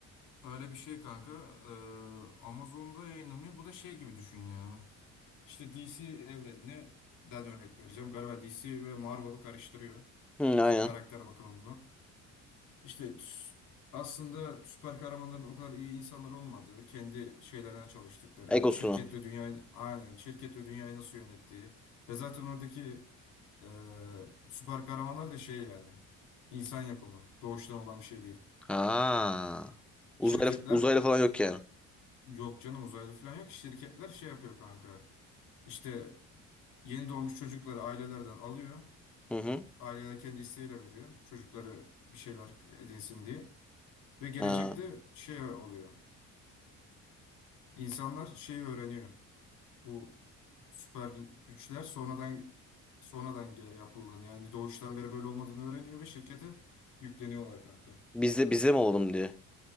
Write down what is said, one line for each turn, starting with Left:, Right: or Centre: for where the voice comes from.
Left: öyle bir şey kanka. Ee, Amazon'da yayınlanıyor. Bu da şey gibi düşün ya. İşte DC evreninden örnek vereceğim. Galiba DC ve Marvel'ı karıştırıyor.
Centre: Hı,
Left: İşte
Centre: aynen.
Left: karakter bakımından. İşte s- aslında süper kahramanların o kadar iyi insanlar olmadığı, kendi şeylerine çalıştıkları,
Centre: Egosunu.
Left: şirket ve dünyayı aynen şirket ve dünyayı nasıl yönettiği ve zaten oradaki e, süper kahramanlar da şey yani insan yapımı, doğuştan olan bir şey değil.
Centre: Ha.
Left: Şirketler
Centre: Uzaylı, uzaylı falan yok yani.
Left: Yok canım uzaylı falan yok. Şirketler şey yapıyor kanka. İşte yeni doğmuş çocukları ailelerden alıyor.
Centre: Hı hı.
Left: Aileler kendi isteğiyle veriyor. Çocukları bir şeyler edinsin diye. Ve gelecekte
Centre: Ha.
Left: şey oluyor. Ee, insanlar şeyi öğreniyor. Bu süper güçler sonradan sonradan ge- yapıldığını yani doğuştan beri böyle olmadığını öğreniyor ve şirkete yükleniyorlar kanka.
Centre: Bizde bizde mi olalım diye.